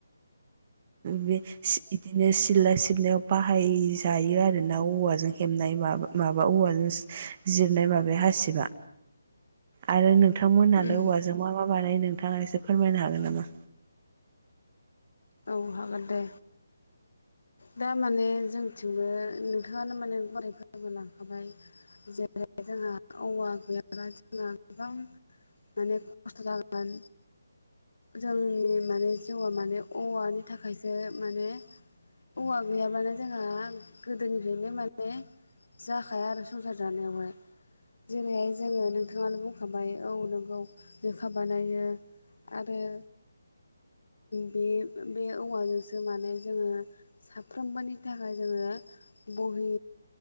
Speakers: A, on the right; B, on the left.
A: बे सि इदिनो सि सिथला सिबनायाव बाहायजायो आरो ना औवाजों हेबनाय बा माबा औवाजों जिरनाय माबाया हासिबा आरो नों नोंथांमोनहालाय
B: उम
A: औवाजों मा मा बानायो नोंथाङा एसे फोरमायनो हागोन नामा?
B: औ हागोन दे दा माने जोंथिंबो नोंथाङानो माने गराय फोरबो लाखाबाय जेरै जोंहा औवा गैयाब्ला जोंहा गोबां माने खस्थ जागोन जोंनि माने जिउआ माने औवानि थाखायसो माने औवा गैयाबानो जोंहा गोदोनिफ्रायनो माने जाखाया आरो संसार जानायावहाय जेनैहाय जोङो नोंथाङानो बुंखाबाय औ नोंगौ लेखा बानायो आरोओ बे बे औवाजोंसो माने जोङो साफ्रोमबोनि थाखाय जोङो ब हि